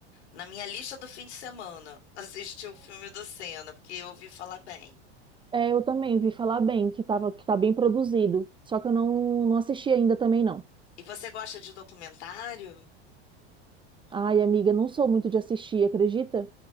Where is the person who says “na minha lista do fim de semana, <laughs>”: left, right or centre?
Left